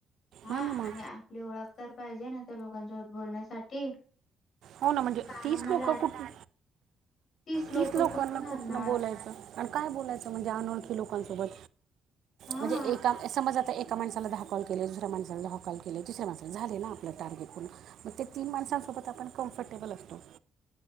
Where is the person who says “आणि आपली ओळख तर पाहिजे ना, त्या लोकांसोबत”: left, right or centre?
Left